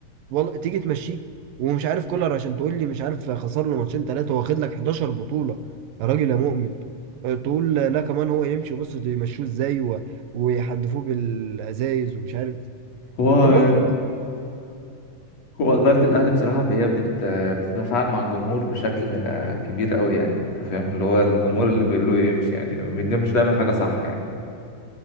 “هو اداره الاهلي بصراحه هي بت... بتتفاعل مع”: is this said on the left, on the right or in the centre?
Left